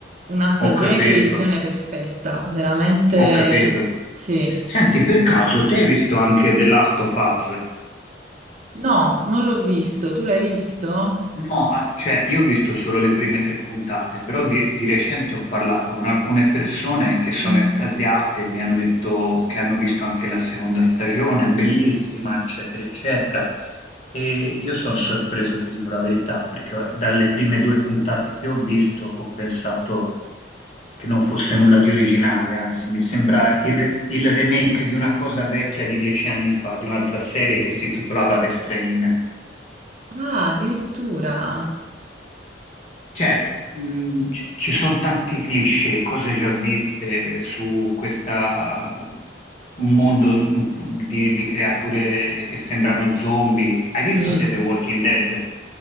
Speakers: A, on the right; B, on the left.
A: una stagione
B: ho capito.
A: di televisione perfetta. Veramente
B: Ho capito.
A: sì.
B: Senti, per caso, te hai visto anche The Last of Us?
A: No, non l'ho visto. Tu l'hai visto?
B: No, ah, cioè io ho visto solo le prime tre puntate, però di, di recente ho parlato con alcune persone che sono
A: Mm.
B: estasiate, mi hanno detto che hanno visto anche la seconda stagione, è bellissima, eccetera, eccetera. E io sono sorpreso, ti dico la verità, perché dalle prime due puntate che ho visto ho pensato che non fosse nulla di originale, anzi mi sembra il, re- il remake di una cosa vecchia di dieci anni fa, di un'altra serie che si intitolava The Strain.
A: Ah, addirittura.
B: Cioè, mh, ci ci sono tanti cliché, cose già viste su questa, un mondo mh, di, di creature che sembrano zombie. Hai visto
A: Mm.
B: te The Walking Dead?